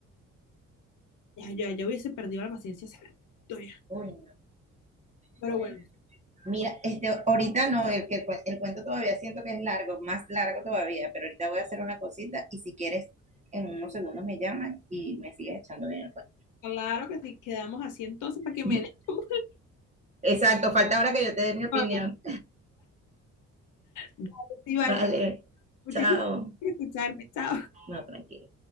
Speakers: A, on the left; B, on the right.
A: Ya, ya, ya hubiese perdido la paciencia hace rato ya.
B: Uy,
A: Pero
B: no, no,
A: bueno,
B: Mira,
A: entonces,
B: este, ahorita no, el, que el, cue- el cuento todavía siento que es largo, más largo todavía, pero ahorita voy a hacer una cosita y si quieres, en unos segundos me llamas y me sigues echando bien el cuento.
A: claro que sí, quedamos así entonces para que
B: <laughs>
A: me des <laughs> tu
B: Exacto, falta ahora que yo te dé mi opinión.
A: historia. Dale, Iván,
B: Vale,
A: muchísimas
B: chao.
A: gracias por escucharme. Chao.
B: No, tranquilo.